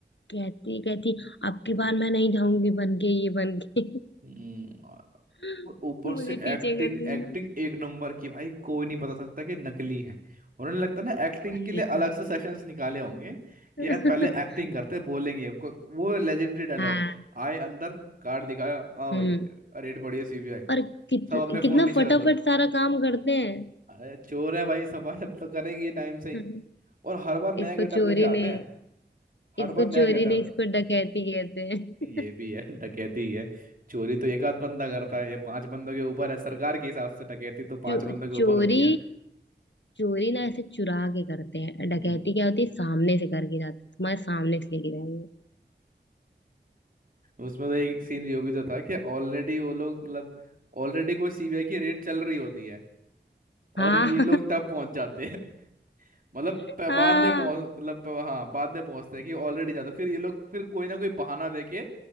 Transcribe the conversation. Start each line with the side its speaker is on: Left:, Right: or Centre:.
Left: कहती कहती अब की बार मैं नहीं जाऊंगी बन के ये बन के
Right: हम्म, और
Left: <laughs>
Right: ऊपर
Left: मुझे
Right: से
Left: पीछे
Right: एक्टिंग
Left: कर देना
Right: एक्टिंग एक नंबर की भाई कोई नहीं बता सकता कि नकली है उन्होंने लगता है ना एक्टिंग
Left: वही
Right: के लिए
Left: तो
Right: अलग से सेशंस निकाले होंगे
Left: <laughs>
Right: कि यार पहले एक्टिंग करते बोलेंगे को- वो लेजेंडरी डायलॉग
Left: हाँ
Right: आए अंदर कार्ड दिखाया हाँ
Left: हम्म
Right: भाई रेड पड़ी है सीबीआई
Left: और कित,
Right: सब अपने
Left: कितना
Right: फोन नीचे
Left: फटाफट
Right: रख दो
Left: सारा काम करते हैं
Right: अरे चोर है भाई सफाई तो करेंगे टाइम से ही
Left: <laughs>
Right: और हर बार नया
Left: इसको
Right: गेटअप
Left: चोरी
Right: लेके आते
Left: ने
Right: हैं हर
Left: इसको
Right: बार नया
Left: चोरी
Right: गेटअप
Left: नहीं इसको डकैती कहते हैं
Right: ये
Left: <laughs>
Right: भी है डकैती ही है चोरी तो एक आध बंदा करता है ये पांच बंदों के ऊपर है सरकार के हिसाब से डकैती तो पांच
Left: चो,
Right: बंदों के ऊपर
Left: चोरी
Right: होती है
Left: चोरी ना ऐसे चुरा के करते हैं डकैती
Right: हम्म
Left: क्या होती है सामने से करके जाते हैं तुम्हारे सामने से लेके जाएंगे
Right: उसमें तो एक सीन यो भी तो था कि ऑलरेडी वो लोग मतलब ऑलरेडी कोई सीबीआई की रेड चल रही होती है
Left: हाँ
Right: और ये लोग तब पहुंच जाते हैं <laughs> मतलब
Left: <laughs>
Right: प- बाद
Left: हाँ
Right: में पहुंच मतलब प- हाँ बाद में पहुंचते हैं कि ऑलरेडी जाते हैं। फिर ये लोग फिर कोई ना कोई बहाना देके